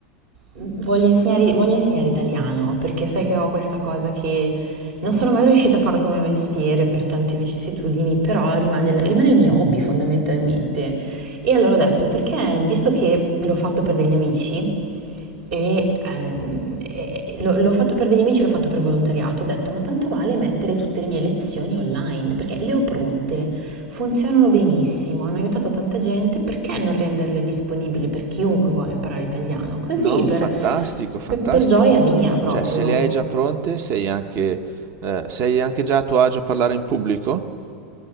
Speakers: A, on the right; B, on the right.
A: voglio insegnare, voglio insegnare italiano perché sai che ho questa cosa che non sono mai riuscita a farlo come mestiere per tante vicissitudini, però rimane, rimane il mio hobby fondamentalmente. E allora ho detto, perché visto che l'ho fatto per degli amici, e ehm, e- l'ho l'ho fatto per degli amici, l'ho fatto per volontariato, ho detto, ma tanto vale mettere tutte le mie lezioni online, perché le ho pronte, funzionano benissimo, hanno aiutato tanta gente, perché non renderle disponibili per chiunque vuole imparare italiano? Così,
B: No,
A: per,
B: fantastico, fantastico.
A: per per gioia mia proprio.
B: Cioè, se le hai già pronte, sei anche, eh, sei anche già a tuo agio a parlare in pubblico?